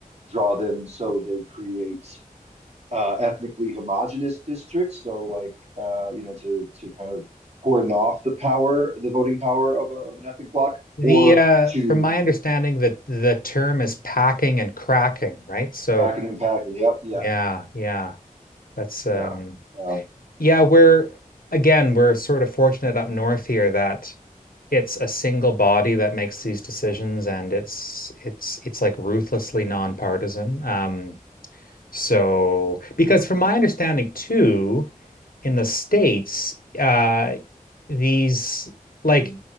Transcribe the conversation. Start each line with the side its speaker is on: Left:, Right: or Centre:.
Right: draw them so they create uh, ethnically homogenous districts. So like uh, you know to to kind of cordon off the power, the voting power of, a, of an ethnic bloc,
Left: The
Right: or
Left: uh,
Right: to
Left: from my understanding that the term is packing and cracking, right? So
Right: cracking and packing. Yep, yeah,
Left: Yeah, yeah. That's um
Right: yeah. So
Left: yeah, we're again, we're sort of fortunate up north here that it's a single body that makes these decisions and it's it's it's like ruthlessly nonpartisan. Um so because from my understanding too, in the States, uh, these like